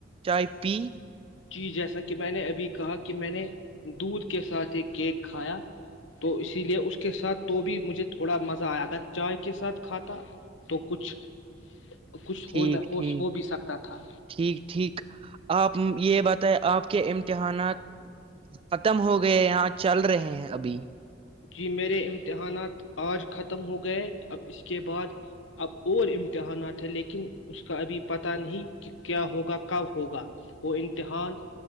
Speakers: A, on the right; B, on the left.
A: چائے پی
B: چیز جیسا کہ میں نے ابھی کہا کہ میں نے دودھ کے ساتھ ایک کیک کھایا تو اسی لیے اس کے ساتھ تو بھی مجھے تھوڑا مزہ آیا اگر چائے کے ساتھ کھاتا تو کچھ کچھ
A: ٹھیک
B: ہو نہ ہو
A: ٹھیک
B: ہو بھی سکتا تھا
A: ٹھیک ٹھیک آپ یہ بات آپ کے امتحانات ختم ہو گئے یہاں چل رہے ہیں ابھی
B: جی میرے امتحانات آج ختم ہو گئے اب اس کے بعد اب اور امتحانات ہیں لیکن اس کا ابھی پتہ نہیں کہ کیا ہوگا کب ہوگا وہ امتحان